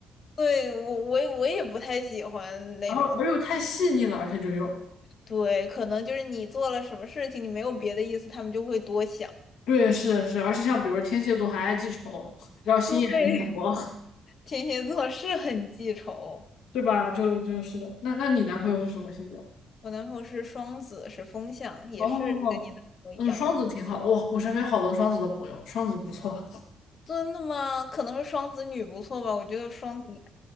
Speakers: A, on the left; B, on the left.
A: 对，我我也我也不太喜欢那种。
B: <laughs> 然后而又太细腻了，而且就又。
A: 对，可能就是你做了什么事情，你没有别的意思，他们就会多想。
B: 对，是的，是的而且像比如说天蝎座还爱记仇，然后心眼又很多，
A: 对，<laughs> 天蝎座是很记仇。
B: 对吧？就就是的。那那你男朋友是什么星座？
A: 我男朋友是双子，是风象，也是跟你男朋友一样。
B: 哦，嗯，双子挺好的。哇、我身边好多双子的朋友，双子不错。<laughs>
A: 真的吗？可能是双子女不错吧，我觉得双子。女。